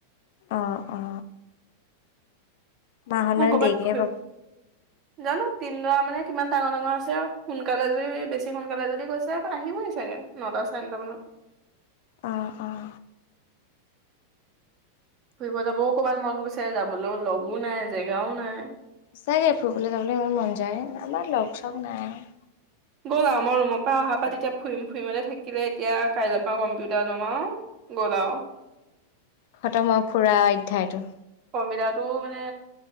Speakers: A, on the left (about 50°); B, on the right (about 35°).
A: ও ও মা অহা
B: মোৰ
A: নাই
B: কৰ'বাত
A: দেৰিকৈ
B: ফু
A: আহিব
B: জানো তিনদৰা মানে কিমান ডাঙৰ ডাঙৰ আছে সোনকালে যদি বেছি সোনকালে যদি গৈছে আহিবই চাগে নটা চাৰে নটা মানত
A: অঁ অঁ
B: ফুৰিব যাবও ক'ৰবাত মন গৈছে যাবলৈও লগো নাই জেগাও নাই
A: সঁচাকে ফুুৰবলৈ যাবলৈ ইমান মন যায় আমাৰ লগ চ নাই আৰু
B: গ'ল আৰু মই ৰুমৰ পৰা অহাৰ পৰা তেতিয়া ফুৰিম ফুৰিমতে থাকিলে এতিয়া কাইলৈ পৰা কম্পিউটাৰ লম আৰু গলাও
A: খট মৰ ফুৰা অধ্যায়টো
B: কম্পটাৰটো মানে